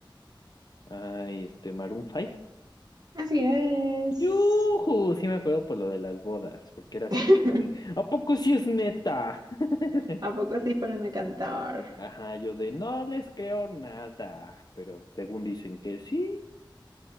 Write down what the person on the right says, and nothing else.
Así es.
<laughs>
¿A poco sí fueron a cantar?